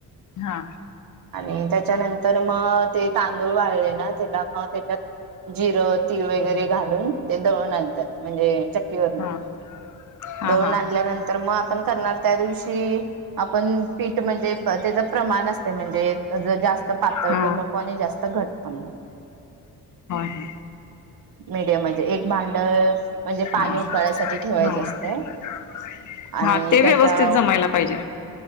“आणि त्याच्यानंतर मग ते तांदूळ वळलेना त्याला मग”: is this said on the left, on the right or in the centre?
Right